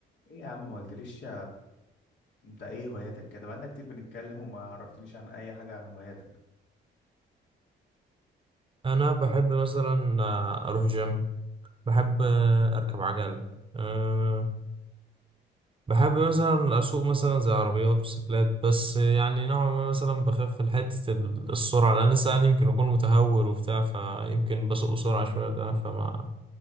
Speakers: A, on the left (about 65°); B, on the right (about 25°).
A: ايه يا عم ما قلتليش انت ايه هواياتك كده بقالنا كتير بنتكلم وما عرفتنيش عن اي حاجة عن هواياتك
B: انا بحب مثلا آه، اروح جيم بحب آه، اركب عجل أه بحب مثلا اسوق مثلا زي عربيات وسيكلات بس يعني نوعا ما مثلا بخاف في حته ال- السرعه لان انسان يمكن اكون متهور وبتاع فيمكن بسوق بسرعه شويه بتاع فما